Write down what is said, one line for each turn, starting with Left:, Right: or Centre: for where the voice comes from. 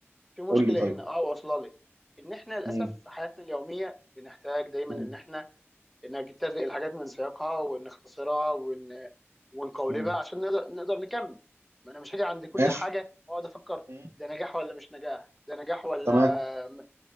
Centre: في مشكله
Right: قول لي طيب
Centre: هنا اه واصله لي ان احنا للاسف
Right: مم.
Centre: في حياتنا اليوميه بنحتاج دايما
Right: مم.
Centre: ان احنا نجتزئ الحاجات من سياقها ونختصرها ون... ونقولبها
Right: مم.
Centre: عشان نقدر نقدر نكمل ما انا مش هاجي عند كل
Right: ماشي
Centre: حاجه واقعد افكر
Right: مم.
Centre: ده نجاح ولا مش نجاح ده نجاح ولا
Right: تمام
Centre: م-